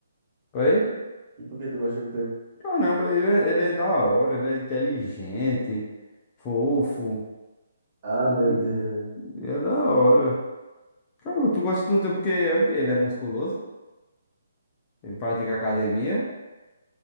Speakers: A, on the left; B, on the right.
A: Oi?
B: E por que tu gosta do teu?
A: Caramba, ele é, ele é da hora, ele é inteligente, fofo.
B: Ah,
A: Hum,
B: meu Deus.
A: É da hora. Cara, tu gosta do teu porque é porque ele é musculoso, ele pratica academia,